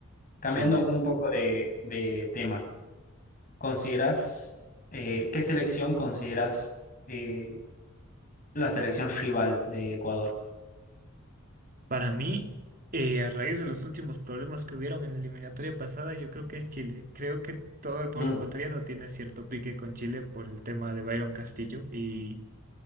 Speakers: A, on the left; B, on the right.
A: Cambiando
B: Sí.
A: un poco de, de tema, ¿consideras, eh, qué selección consideras eh, la selección rival de Ecuador?
B: Para mí, eh, a raíz de los últimos problemas que hubieron en la eliminatoria pasada, yo creo que es Chile. Creo que todo el pueblo
A: Mm,
B: ecuatoriano tiene cierto pique con Chile por el tema de Byron Castillo. Y